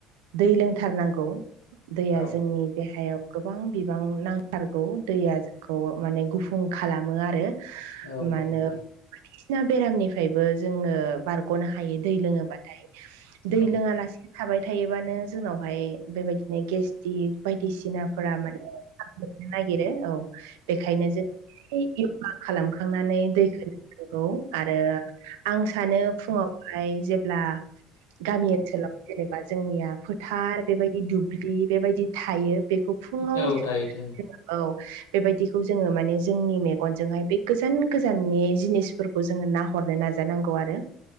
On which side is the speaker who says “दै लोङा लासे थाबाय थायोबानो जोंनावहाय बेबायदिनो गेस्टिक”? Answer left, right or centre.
Right